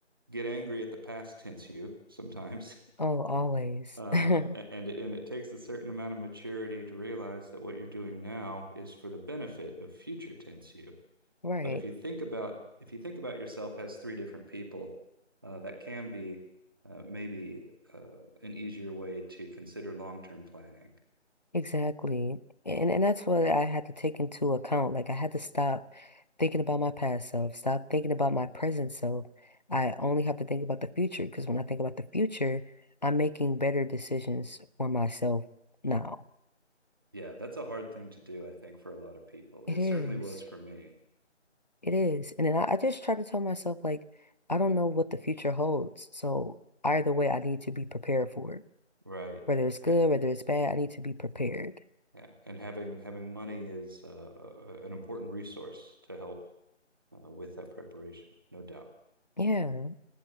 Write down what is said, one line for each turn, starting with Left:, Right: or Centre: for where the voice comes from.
Right: get angry at the past tense you sometimes. <laughs>
Left: Oh, always.
Right: Uh,
Left: <laughs>
Right: a- and it and it takes a certain amount of maturity to realize that what you're doing now is for the benefit of future tense you.
Left: Right.
Right: But if you think about if you think about yourself as three different people, uh, that can be uh, maybe uh, an easier way to consider long-term planning.
Left: Exactly. And and that's what I had to take into account. Like I had to stop thinking about my past self, stop thinking about my present self. I only have to think about the future because when I think about the future, I'm making better decisions for myself now.
Right: Yeah, that's a hard thing to do, I think, for a lot of people.
Left: It
Right: It
Left: is.
Right: certainly was for me.
Left: It is. And then I, I just try to tell myself like I don't know what the future holds. So either way, I need to be prepared for it.
Right: Right.
Left: Whether it's good,
Right: And
Left: whether it's bad, I need to be prepared.
Right: yeah, and having having money is uh, a- an important resource to help uh, with that preparation, no doubt.
Left: Yeah.